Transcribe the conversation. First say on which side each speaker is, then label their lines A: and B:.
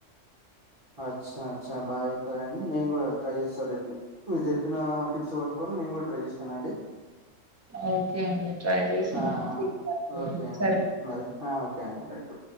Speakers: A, on the right; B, on the right.
A: అచ్చా అచ్చ బాగా చెప్పారండి నేను గూడా ట్రై చేస్తా రేపు. మీరు చెప్పిన టిప్స్ పట్టుకొని నేను కూడా ట్రై చేస్తనండి.
B: ఓకే అండి ట్రై చేసి
A: ఆ
B: నాకు
A: ఆ, ఓకే
B: <inaudible>
A: అండి
B: సరే
A: మరి ఆ ఓకే అండి